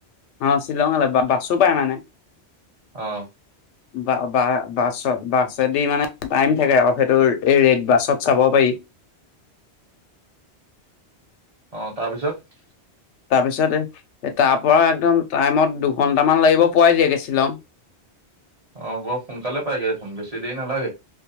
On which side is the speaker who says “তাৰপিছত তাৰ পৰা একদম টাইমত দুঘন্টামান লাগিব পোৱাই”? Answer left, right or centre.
Left